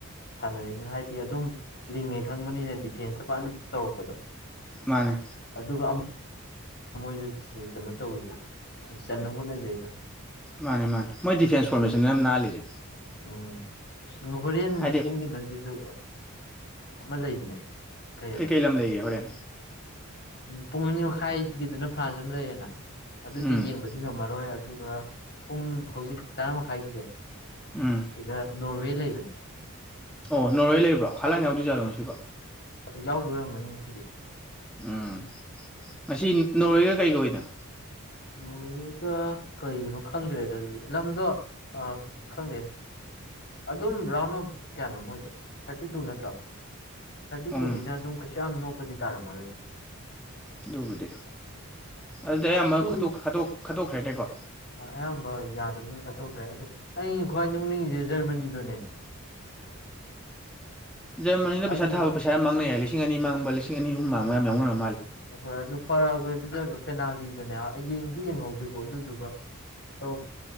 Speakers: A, on the left; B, in the centre.
A: ꯁꯥꯟꯅꯔꯤꯅ ꯍꯥꯏꯗꯤ ꯑꯗꯨꯝ ꯂꯤꯡꯉꯦ ꯈꯪꯕꯅꯤꯅ ꯗꯤꯐꯦꯟꯁꯇ ꯐꯅ ꯇꯧꯔꯛꯄꯗꯣ
B: ꯃꯥꯅꯦ
A: ꯑꯗꯨꯒ ꯃꯣꯏꯁꯨ ꯀꯩꯅꯣ ꯇꯧꯋꯤꯗ ꯆꯟꯅꯕ ꯍꯣꯠꯅꯖꯩꯗ
B: ꯃꯥꯅꯦ ꯃꯥꯅꯦ ꯃꯣꯏ ꯗꯤꯐꯦꯟꯁ ꯐꯣꯔꯃꯦꯁꯟ ꯌꯥꯝ ꯅꯥꯜꯂꯤꯁꯦ
A: ꯎꯝ ꯍꯣꯔꯦꯟ
B: ꯍꯥꯏꯗꯤ
A: ꯁꯣꯡꯒ ꯑꯗꯨꯁꯨ ꯑꯃ ꯂꯩꯕꯅꯦ ꯀꯩꯑꯕ
B: ꯀꯩꯀꯩ ꯂꯝ ꯂꯩꯌꯦꯦ ꯍꯣꯔꯦꯟ
A: ꯎꯝ ꯄꯨꯡ ꯑꯅꯤ ꯃꯈꯥꯏꯒꯤꯗꯨꯅ ꯐ꯭ꯔꯥꯟꯁ ꯑꯃ ꯂꯩꯔꯦꯅ ꯑꯗꯨꯗꯤ
B: ꯎꯝ
A: ꯌꯦꯡꯕꯗꯤ ꯉꯝꯃꯔꯣꯏ ꯑꯗꯨꯒ ꯄꯨꯡ ꯍꯧꯖꯤꯛ ꯇꯔꯥꯃꯥꯏꯒꯤꯁꯦ
B: ꯎꯝ
A: ꯁꯤꯗ ꯅꯣꯔꯋꯦ ꯂꯩꯕꯅꯦ
B: ꯑꯣ ꯅꯔꯣꯏ ꯂꯩꯕ꯭ꯔꯣ ꯍꯂꯥꯟꯅ ꯌꯥꯎꯗꯣꯏꯖꯥꯠꯂꯣꯅꯦ ꯁꯤꯕ
A: ꯌꯥꯎꯗꯣꯏꯔꯝꯒꯅꯤ ꯁꯤꯗꯤ
B: ꯎꯝ ꯉꯁꯤ ꯅꯣꯔꯣꯏꯦꯒ ꯀꯩꯒꯅꯣ
A: ꯅꯣꯏꯦꯒ ꯀꯩꯒꯤꯅꯣ ꯈꯪꯗ꯭ꯔꯦꯗꯗꯤ ꯂꯝꯗꯣ ꯈꯪꯗꯦ ꯑꯗꯨꯝ ꯔꯥꯎꯟ ꯑꯣꯐ ꯀꯌꯥꯅꯣ ꯃꯣꯏꯗ ꯊꯥꯔꯇꯤ ꯇꯨ ꯅꯠꯇ꯭ꯔꯥ ꯊꯥꯔꯇꯤ
B: ꯎꯝ
A: ꯇꯨꯅꯤꯅ ꯑꯗꯨꯝ ꯀꯩꯁꯨ ꯌꯥꯝ ꯅꯣꯞꯄꯗꯤ ꯇꯥꯔꯝꯃꯔꯣꯏꯗ
B: ꯑꯗꯨꯕꯨꯗꯤ ꯑꯗꯨꯗꯤ ꯑꯌꯥꯝꯕ
A: ꯑꯗꯨ
B: ꯈꯠꯇꯣꯛꯈ꯭ꯔꯦꯅꯦꯀꯣ
A: ꯑꯌꯥꯝꯕ ꯌꯥꯗꯕꯅꯤꯅ ꯀꯠꯊꯣꯛꯈ꯭ꯔꯦ ꯑꯗꯨ ꯑꯩꯅ ꯈ꯭ꯋꯥꯏ ꯅꯣꯛꯅꯤꯡꯉꯁꯦ ꯖꯔꯃꯅꯤꯗꯨꯅꯦ
B: ꯖꯔꯃꯅꯤꯅ
A: ꯑꯗꯨ
B: ꯄꯩꯁꯥ ꯊꯥꯕ ꯄꯩꯁꯥ ꯌꯥꯝ ꯃꯥꯡꯅꯩ ꯌꯥꯏ ꯂꯤꯁꯤꯡ ꯑꯅꯤ ꯃꯥꯡꯕ ꯂꯤꯁꯤꯡ ꯑꯅꯤ ꯑꯍꯨꯝ ꯃꯥꯡꯕ ꯃꯌꯥꯝ ꯌꯥꯅ
A: ꯍꯣꯏ ꯑꯗꯨ ꯄꯥꯔꯛꯑꯈꯦ ꯑꯗꯨꯗ ꯄꯦꯅꯥꯜꯇꯤꯗꯅꯦ ꯑꯩ ꯌꯦꯡꯗꯤ ꯌꯦꯡꯍꯧꯗꯦꯀꯣ ꯑꯗꯨꯗꯨꯒ ꯇ